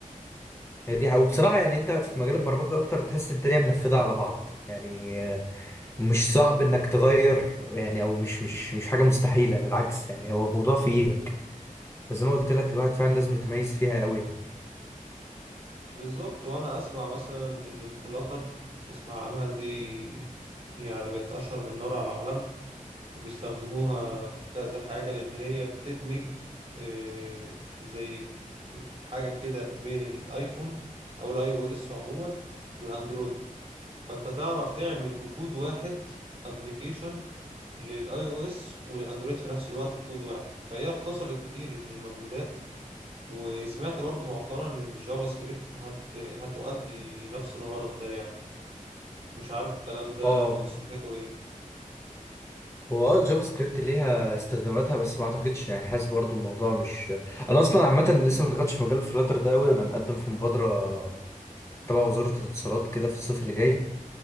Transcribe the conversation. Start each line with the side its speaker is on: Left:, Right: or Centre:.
Left: هي دي حقيقة. وبصراحة يعني انت في مجال البرمجة اكتر تحس الدنيا منفذة على بعض يعني آه، مش صعب انك تغير يعني او مش مش مش حاجة مستحيلة بالعكس يعني هو الموضوع في ايدك بس زي ما قلت لك الواحد فعلا لازم يتميز فيها قوي يعني
Right: بالظبط وانا اسمع مثلا ان الفلاتر تسمع عنها دي يعني بقت اشهر من نار على علم وبيستخدموها في كذا حاجة لأن هي بتدمج آه، زي آه، حاجة كده بين الآيفون أو الآي أو إس عموما والأندرويد فأنت تعرف تعمل بكود واحد أبليكيشن للآي أو إس وللأندرويد في نفس الوقت بكود واحد فهي اختصرت كتير من المجهودات وسمعت برضو مؤخرا إن الجافا سكريبت هت... هتؤدي نفس الغرض ده يعني مش عارف الكلام ده
Left: اه
Right: مدى صحته إيه
Left: هو اه الجافا سكريبت ليها استخداماتها بس ما اعتقدش يعني حاسس برضو الموضوع مش انا اصلا عامة لسه ما دخلتش في مجال الفلاتر ده قوي انا مقدم في مبادرة تبع وزارة الاتصالات كده في الصيف اللي جاي